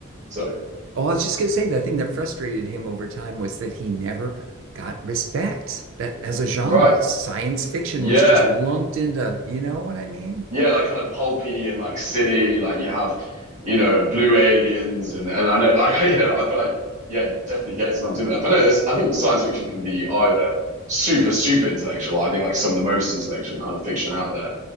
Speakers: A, on the right; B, on the right.
A: Sorry.
B: Oh, I was just gonna say the thing that frustrated him over time was that he never got respect that as a genre.
A: Right.
B: Science fiction
A: Yeah.
B: was just lumped into, you know what I mean?
A: Yeah. Like kind of pulpy and like silly. Like you have, you know, Blue Aliens and and I know <laughs> like you know I feel like yeah it definitely gets lumped in with that. But no, there's I think science fiction can be either super super intellectual. I think like some of the most intellectual kind of fiction out there